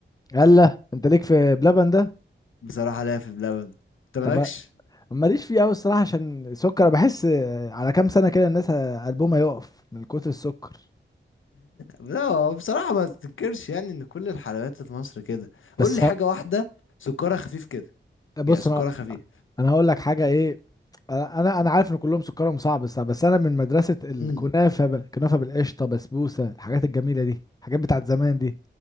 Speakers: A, on the left; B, on the left.
A: يلا انت ليك في بلبن ده
B: بصراحه ليا في بلبن انت مالكش
A: طب ماليش فيه قوي الصراحه عشان السكر بحس على كام سنه كده الناس قلبهم هيقف من كتر السكر
B: لا هو بصراحة ما تنكرش يعني ان كل الحلويات في مصر كده
A: بس
B: قول لي حاجة واحدة سكرها خفيف كده
A: بص
B: يعني سكرها
A: انا
B: خفيف
A: انا هقول لك حاجه ايه انا انا أنا عارف ان كلهم سكرهم صعب بس بس انا من مدرسه الكنافه
B: امم
A: بقى كنافه بالقشطه بسبوسه الحاجات الجميله دي الحاجات بتاعت زمان دي